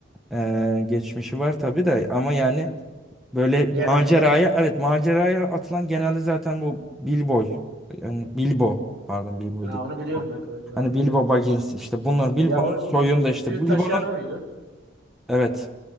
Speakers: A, in the centre; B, on the right.
A: eee, geçmişi var tabii de ama yani
B: Evet.
A: böyle
B: Genelde.
A: maceraya evet maceraya atılan genelde zaten bu Bilbo yani Bilbo pardon Bilbo
B: Ha,
A: değil.
B: onu biliyorum
A: Bilbo.
B: bak bak onu
A: Hani
B: biliyorum.
A: Bilbo Baggins işte bunlar Bilbo'nun
B: Ya o
A: soyunda
B: yüzüğü
A: işte Bilbo'nun
B: taşıyan o muydu?
A: evet.